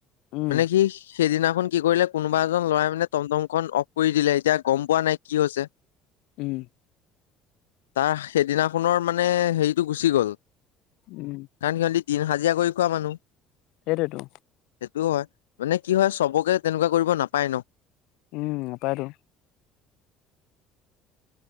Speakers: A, on the left; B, on the left.
A: উম,
B: মানে কি সেইদিনাখন কি কৰিলে কোনোবা এজন লৰাই মানে টমটমখন অফ কৰি দিলে, এতিয়া গম পোৱা নাই কি হৈছে।
A: উম।
B: তাৰ সেইদিনাখনৰ মানে হেৰিটো গুচি গ'ল।
A: উম।
B: কাৰণ সিহঁতি দিন হাজিৰা কৰি খোৱা মানুহ।
A: সেইটোৱেটো।
B: সেইটোও হয় মানে কি হয় চবকে তেনেকুৱা কৰিব নাপায় ন।
A: উম, নাপাইটো।